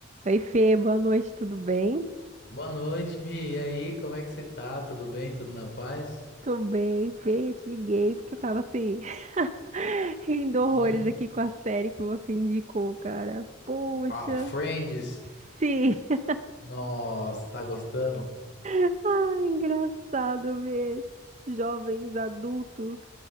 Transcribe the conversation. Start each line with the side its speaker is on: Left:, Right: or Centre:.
Right: Oi, Fê, boa noite, tudo bem?
Left: Boa noite, Mi. E aí, como é que você tá? Tudo bem? Tudo na paz?
Right: Tô bem, Fê, eu te liguei porque eu tava assim, <laughs> rindo horrores
Left: Hum.
Right: aqui com a série que você indicou, cara. Poxa,
Left: Ah, o Friends.
Right: sim. <laughs>
Left: Nossa, tá gostando?
Right: Ah, engraçado ver esses jovens adultos